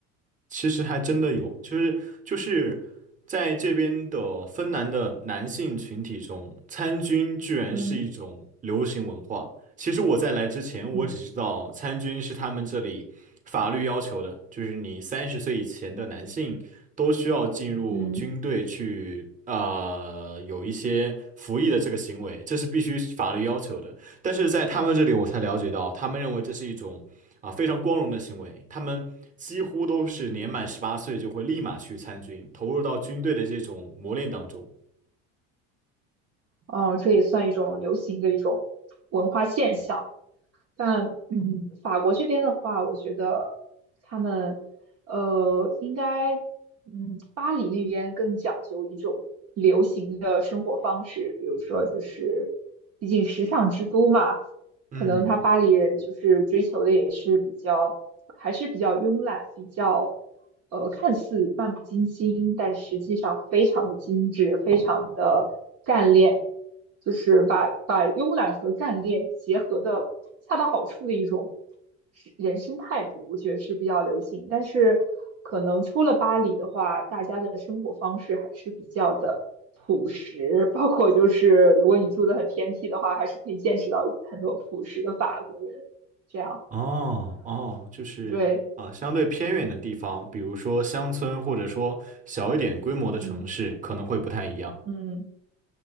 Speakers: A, on the right; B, on the right.
A: 其实还真的有，就是就是在这边的芬兰的男性群体中，参军居然是一种流行文化。
B: 嗯
A: 其实我在来之前，
B: 嗯。
A: 我只知道参军是他们这里法律要求的，就是你三十岁以前的男性都需要进入军队去，
B: 嗯。
A: 呃，有一些服役的这个行为，这是必须法律要求的。但是在他们这里，我才了解到，他们认为这是一种。啊，非常光荣的行为。他们几乎都是年满十八岁就会立马去参军，投入到军队的这种磨练当中。
B: 哦，这也算一种流行的一种文化现象。但嗯，法国这边的话，我觉得他们呃，应该嗯，巴黎那边更讲究一种流行的生活方式，比如说就是，毕竟时尚之都嘛，
A: 嗯，
B: 可能他巴黎人就是追求的也是比较，还是比较慵懒，比较，呃，看似漫不经心，但实际上非常的精致，非常的干练，就是把把慵懒和干练结合的恰到好处的一种。是人生态度，我觉得是比较流行。但是可能出了巴黎的话，大家的生活方式还是比较的朴实，包括就是如果你住的很偏僻的话，还是可以见识到很多朴实的法国人。这样，
A: 哦哦，就是啊，
B: 对，
A: 相对偏远的地方，比如说乡村，或者说小一点规模的城市，
B: 嗯
A: 可能会不太一样。
B: 嗯，